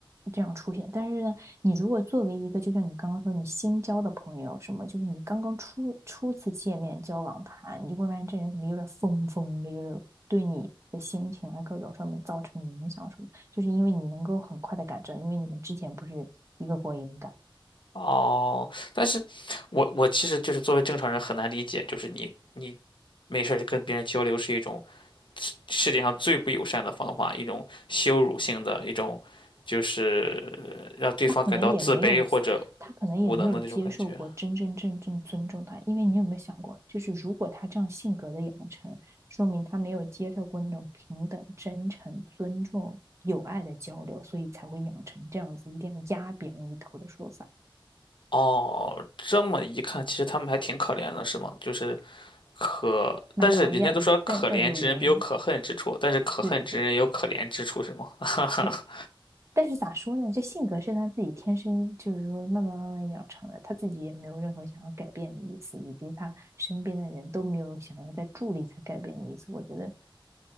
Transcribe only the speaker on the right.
这样出现。但是呢，你如果作为一个就像你刚刚说你新交的朋友什么，就是你刚刚初初次见面交往他，你就会发现这人怎么有点疯疯的，就是对你。的心情啊，各种上面造成影响什么，就是因为你能够很快的改正，因为你们之前不是一个锅一个盖。
可能也没有，他可能也没有接受过真真正正尊重他，
因为你有没有想过，就是如果他这样性格的养成，说明他没有接受过那种平等、真诚、尊重、友爱的交流，所以才会养成这样子一定要压别人一头的说法，
蛮讨厌的，
但但有原因。
对对对
对。但是咋说呢？这性格是他自己天生，就是说慢慢慢慢养成的，他自己也没有任何想要改变的意思，以及他身边的人都没有想要再助力他改变的意思。我觉得